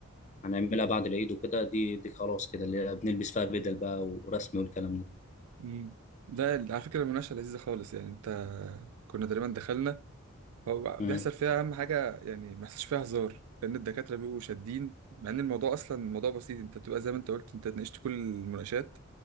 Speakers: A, on the left; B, on the right.
A: هنعملها بعد العيد وكده دي دي خلاص كده اللي هي بنلبس فيها بدل بقى ورسمي والكلام ده
B: مم. ده على فكره المناقشه لذيذه خالص يعني انت كنا تقريبا دخلنا هو
A: مم.
B: بيحصل فيها اهم حاجه يعني ما فيش فيها هزار لان الدكاتره بيبقوا شادين مع ان الموضوع اصلا الموضوع بسيط انت بتبقى زي ما انت قلت انت ناقشت كل المناقشات